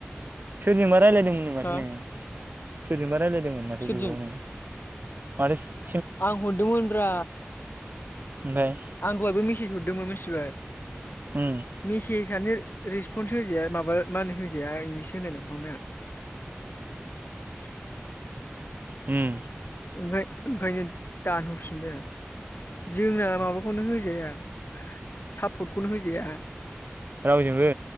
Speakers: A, on the right; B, on the left.
A: सोरजोंबा रायज्लायदोंमोननो माथो
B: हा
A: नोङो सोरजोंबा रायलाय -दोंमोन माथो
B: सोरजों
A: गोबाव नानै माथो सि
B: आं हरदोंमोनब्रा
A: ओमफ्राय
B: आं दहायबो मेसेज हरदों दोंमोन मिथिबाय
A: उम
B: मिसेसानो रिसपन्स होजाया माबा मा होनो होजाया इंलिस होनलाय लांफांबाय आं
A: उम
B: ओंखाय-ओंखायनो दानहरफिनबाय आं जोंना माबा -खौनो होजाया सापर्टखौनो होजाया
A: रावजोंबो